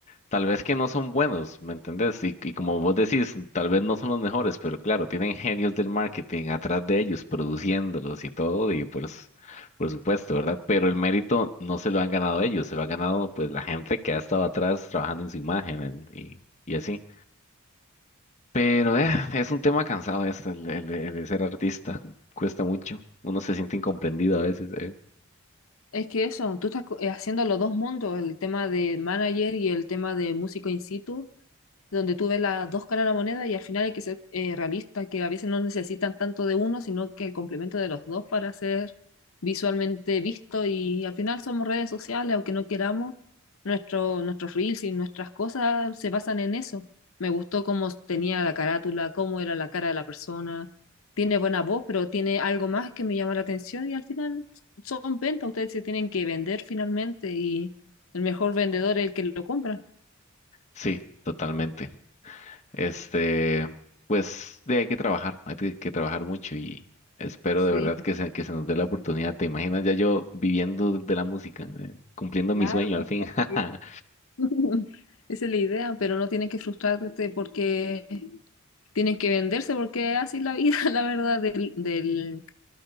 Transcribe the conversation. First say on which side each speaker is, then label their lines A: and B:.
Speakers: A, on the left; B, on the left.
A: tal vez que no son buenos, ¿me entendés? Y, y como vos decís, tal vez no son los mejores, pero claro, tienen genios del marketing atrás de ellos, produciéndolos y todo, y pues, por supuesto, ¿verdad? Pero el mérito no se lo han ganado ellos, se lo ha ganado pues la gente que ha estado atrás trabajando en su imagen en- y, y así. Pero eh, es un tema cansado este, el, el- el de ser artista, cuesta mucho, uno se siente incomprendido a veces, eh.
B: Es que eso, tú estás co- eh, haciendo los dos mundos, el tema de manager y el tema de músico in situ. donde tú ves las dos caras de la moneda y al final hay que ser eh, realista, que a veces no necesitan tanto de uno, sino que el complemento de los dos para ser visualmente visto y al final somos redes sociales, aunque no queramos, nuestro, nuestros reels y nuestras cosas se basan en eso. Me gustó cómo tenía la carátula, cómo era la cara de la persona. Tiene buena voz, pero tiene algo más que me llama la atención y al final son ventas, ustedes se tienen que vender finalmente y el mejor vendedor es el que lo compra.
A: Sí, totalmente. Este, pues de hay que trabajar, hay que, que trabajar mucho y espero
B: Sí.
A: de verdad que se, que se nos dé la oportunidad. ¿Te imaginas ya yo viviendo de la música, eh, cumpliendo
B: Claro,
A: mi sueño
B: o
A: al
B: sea,
A: fin? <laughs>
B: sí. <laughs> Esa es la idea, pero no tienes que frustrarte porque tienes que venderse, porque así es la vida, <laughs> la verdad, del, del,